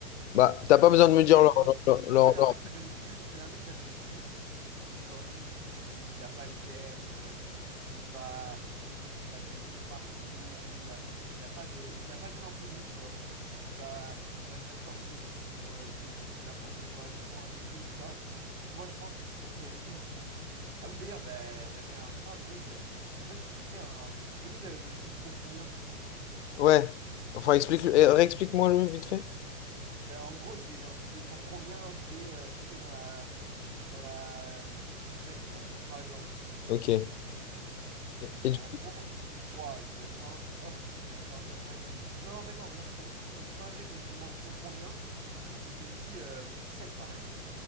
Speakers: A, on the left; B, on the right.
A: Bah, t'as pas besoin de me dire
B: Et
A: leur,
B: moi, moi,
A: leur,
B: moi,
A: leur-
B: je connais
A: leur-
B: un mec qui s'appelait Jules. Je connais un mec qui s'appelait Jules. Et genre, juste, il, il a pas de gêne. euh, il va, il va crier partout. Il a, il a pas de, il a pas de gêne en public, tu vois. Il va, il va se mettre torse nu pour euh, des, n'importe quoi, juste pour un défi, tout ça. Donc, moi, je pense que ce serait lui le plus fou. Ah oui, d'ailleurs, bah, la dernière fois, le mec, euh, en fait, tu lui fais un. Tu connais le, le truc pour combien?
A: Ouais. Enfin, explique, eh, réexplique-moi le vite fait.
B: Ben, en gros, c'est genre, tu sais, pour combien je vais euh, sauter dans la, dans la euh, fontaine, tu vois, par exemple.
A: Ok. Et-
B: Ah bah.
A: et
B: Et genre,
A: du-
B: en gros, on dit trois deux un et hop, on fait entre un et dix Non, en fait, non, mais non, je suis con. Quand, tu, quand le mec te demande pour combien, tu, il te dit euh, pour 7 par exemple.